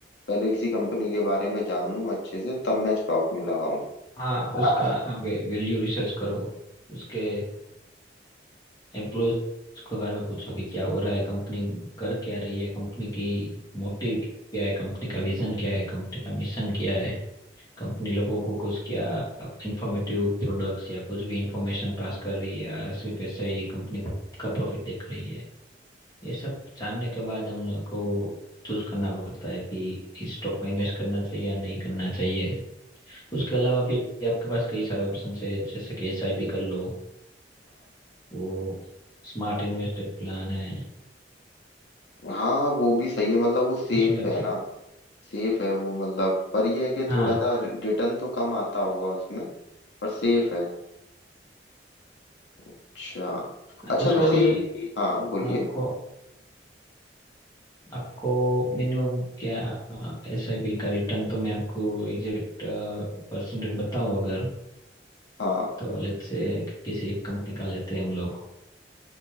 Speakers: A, on the left; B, on the left.
A: पहले किसी कंपनी के बारे में जानूं अच्छे से तब मैं स्टॉक में लगाऊं
B: हाँ उसका
A: हाँ
B: वैल्यू रिसर्च करो उसके एम्प्लॉयज के बारे में पूछो कि क्या हो रहा है कंपनी कर क्या रही है कंपनी की मोटिव क्या है कंपनी का विजन क्या है कंपनी का मिशन क्या है कंपनी लोगों को कुछ क्या इंफॉर्मेटिव प्रोडक्ट्स या कुछ भी इंफॉर्मेशन पास कर रही है या सिर्फ ऐसे ही कंपनी खुद का प्रॉफिट देख रही है ये सब जानने के बाद हम लोग को चूज करना पड़ता है कि इस स्टॉक में इन्वेस्ट करना चाहिए या नहीं करना चाहिए उसके अलावा भी आपके पास कई सारे ऑप्शन है जैसे कि एसआईपी कर लो वो स्मार्ट इन्वेस्टेड प्लान है
A: हाँ वो भी सही है मतलब वो सेफ
B: उसमें
A: है ना सेफ है वो मतलब पर ये है कि
B: हाँ
A: थोड़ा सा रिटर्न तो कम आता होगा उसमें पर सेफ है अच्छा अच्छा
B: उसमें
A: वैसे
B: भी
A: हाँ बोलिए
B: आपको आपको मिनिमम क्या एस आई पी का रिटर्न तो मैं आपको एग्जैक्ट परसेंटेज बताऊं अगर
A: हाँ
B: तो लेट्स से किसी एक कंपनी का लेते हैं हम लोग